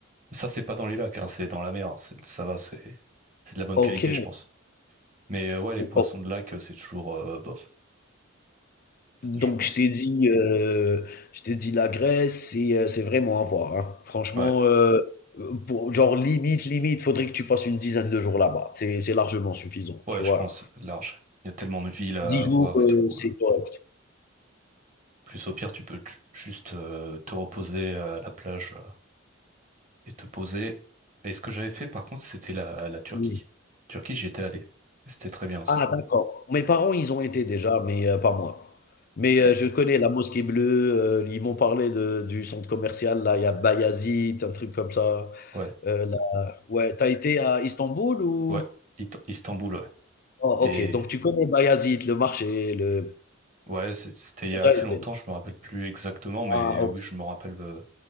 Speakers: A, on the right (about 35°); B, on the left (about 45°).
A: Ça, c'est pas dans les lacs, hein, c'est dans la mer. C'est- Ça va, c'est, c'est de la bonne
B: OK.
A: qualité, je pense. Mais euh, ouais, les
B: Ok.
A: poissons de lac, euh, c'est toujours euh, bof, C'est-
B: Donc
A: je pense.
B: je t'ai dit, heu, je t'ai dit la Grèce, c'est, heu, c'est vraiment à voir, hein. Franchement,
A: Ouais,
B: heu, pour genre limite, limite, faudrait que tu passes une dizaine de jours là-bas. C'est c'est largement suffisant,
A: ouais,
B: tu
A: je
B: vois?
A: pense, large. Il y a tellement de villes à
B: 10 jours,
A: voir
B: heu,
A: et tout.
B: c'est
A: euh.
B: correct.
A: Plus au pire, tu peux ju- juste euh, te reposer à la plage euh, et te poser. Et ce que j'avais fait, par contre, c'était la, la Turquie.
B: Oui.
A: Turquie, j'y étais allé. C'était très bien aussi.
B: Ah d'accord. Mes parents, ils ont été déjà, mais, heu, pas moi. Mais, heu,
A: Ouais,
B: je connais la Mosquée Bleue, heu, ils m'ont parlé de du centre commercial là, il y a Bayazit, un truc comme ça,
A: ouais,
B: heu, la ouais, t'as été à Istanbul ou?
A: ouais. It- Istanbul, ouais.
B: Oh
A: Et
B: OK, donc tu connais Bayazit, le marché, le
A: ouais, c'est- c'était il y
B: J'ai
A: a assez
B: déjà
A: longtemps,
B: été.
A: je me rappelle plus exactement, mais
B: Ah, ok.
A: oui, je me rappelle euh,